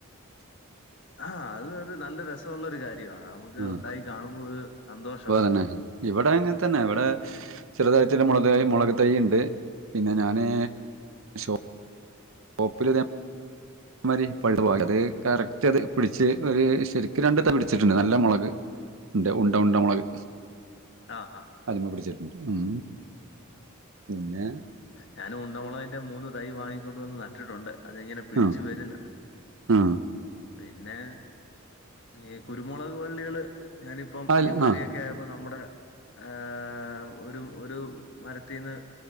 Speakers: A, on the left; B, on the right.
A: ആഹാ അത് ഒരു നല്ല രസമുള്ള ഒരു കാര്യമാ, നമുക്ക്
B: ആഹ്.
A: ഉണ്ടായി കാണുമ്പോ ഒരു സന്തോഷവാ.
B: <inaudible> ഇവിടെ അങ്ങനെതന്നെ ഇവിടെ- ചെറുതായിട്ട് ഒരു മുളക് മുളക് തൈ ഉണ്ട്, പിന്നെ ഞാന് - <inaudible> അമാരി പഴു അത് കറക്റ്റ് അത് പിടിച്ച് ഒരു ശരിക്കും രണ്ട് <unintelligible> പിടിച്ചിട്ടുണ്ട് നല്ല. മുളക് ഉണ്ട ഉണ്ട ഉണ്ട മുളക്.
A: ആഹാ.. ആഹാ... !
B: അതിമ പിടിച്ചിട്ടുണ്ട് ഉം പിന്നെ.. !
A: ഞാന് ഉണ്ടമുളകന്റെ മൂന്ന് തൈ- വാങ്ങിക്കൊണ്ടുവന്ന് നട്ടിട്ടുണ്ട്. അതിങ്ങനെ പിടിച്ചു
B: ആ
A: വരുന്ന്
B: ആ.
A: പിന്നെ- ഈ കുരുമുളക് വള്ളികള് ഞാനിപ്പം
B: അൽ
A: ഈ മഴയൊക്കെ-
B: ആ
A: ഒക്കെ ആയപ്പോ നമ്മുടെ ആഹാ ഒരു ഒരു മരത്തിന്ന്-